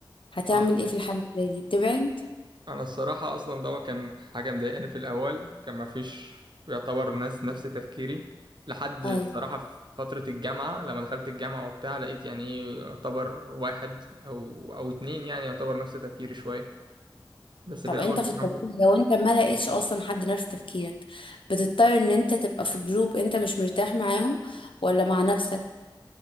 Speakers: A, on the left; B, on the right.
A: هتعمل
B: آه،
A: ايه في الحالة اللي زي دي بتبعد
B: انا الصراحه اصلا ده كان حاجه مضايقاني في الاول كان ما فيش يعتبر ناس نفس تفكيري لحد الصراحه
A: ايوه
B: في فتره الجامعه لما دخلت الجامعه وبتاع لقيت يعني ايه يعتبر واحد او او اتنين يعني يعتبر نفس تفكيري شويه بس
A: طب
B: في الاول
A: انت
B: الصراحه
A: في الطبيعي لو انت ما لقيتش اصلا حد نفس تفكيرك بتضطر ان انت تبقى في جروب انت مش مرتاح معاهم ولا مع نفسك